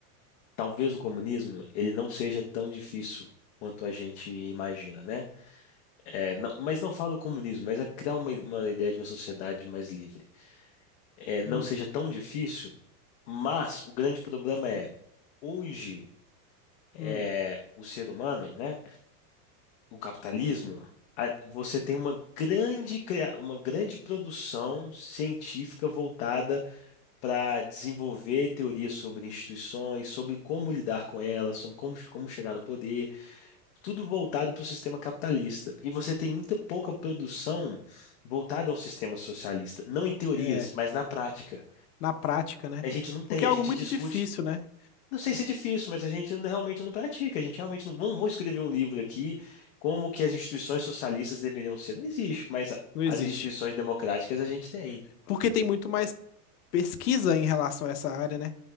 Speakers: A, on the left; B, on the left.
A: talvez o comunismo ele não seja tão difícil quanto a gente imagina, né? É, não- mas não falo comunismo, mas é criar uma, uma ideia de uma sociedade mais livre. É, não
B: hum,
A: seja tão difícil, mas o grande problema é, hoje,
B: hum,
A: é, o ser humano, né, o capitalismo, a- você tem uma grande, cria- uma grande produção científica voltada para desenvolver teorias sobre instituições, sobre como lidar com elas, sobre como, como chegar no poder. tudo voltado para o sistema capitalista. E você tem muita pouca produção voltada a um sistema socialista. Não em teorias,
B: é,
A: mas na prática.
B: na prática, né?
A: A gente não tem,
B: Porque é
A: a gente
B: algo muito
A: discute.
B: difícil, né?
A: Não sei se é difícil, mas a gente não- realmente não pratica. A gente realmente não. Vamos, vamos escrever um livro aqui, como que as instituições socialistas deveriam ser. Não existe, mas a-
B: Não existe.
A: as instituições democráticas a gente tem.
B: Porque tem muito mais pesquisa em relação a essa área, né?